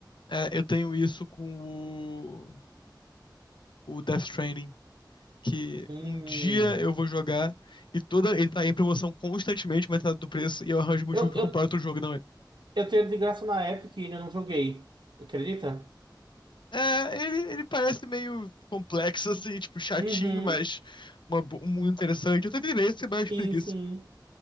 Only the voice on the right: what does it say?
Hum.
Eu,
eu,
eu tenho ele de graça na Epic e eu não joguei. Acredita?
Uhum.
Sim,
sim.